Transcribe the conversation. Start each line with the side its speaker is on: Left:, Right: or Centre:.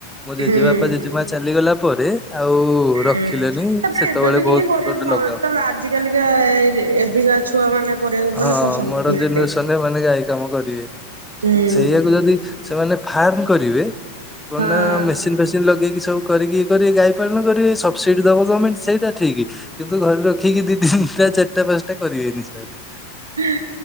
Centre: ମୋ ଜେଜେବାପା
Right: ହୁଁ
Centre: ଜେଜେମା ଚାଲିଗଲା ପରେ ଆଉ ରଖିଲେନି
Right: ହୁଁ ତାପରେ
Centre: ସେତେବେଳେ
Right: ଏବେ ବି କେହି
Centre: ବହୁତ
Right: କରିବାକୁ
Centre: ମୋର ଗୋଟେ
Right: ମ
Centre: ଲଗାଉ
Right: ତାପରେ ଆ ଆଜି କାଲିକା ଏ ଏବିକା ଛୁଆ ମାନେ କରିବାକୁ ମାନେ
Centre: ହଁ
Right: ପସନ୍ଦ
Centre: ମଡର୍ଣ
Right: କରୁନାହାନ୍ତି।
Centre: ଜେନେରେସନରେ ଏମାନେ ଗାଈ କାମ କରିବେନି।
Right: ହୁଁ।
Centre: ସେଇଆକୁ ଯଦି ସେମାନେ ଫାର୍ମ କରିବେ। କଣ
Right: ହଁ।
Centre: ନା ମେସିନ ଫେସିନ ଲଗେଇକି ସବୁ କରିକି କରିବେ ଗାଈ ପାଳନ କରିବେ। ସବସିଡି ଦବ ଗଭମେଣ୍ଟ ସେ ସେଟା ଠିକ। କିନ୍ତୁ ଘରେ ରଖିକି ଦି, ତିନିଟା, ଚାରିଟା, ପାଞ୍ଚଟା କରିବେନି ସାରେ।
Right: ହୁଁ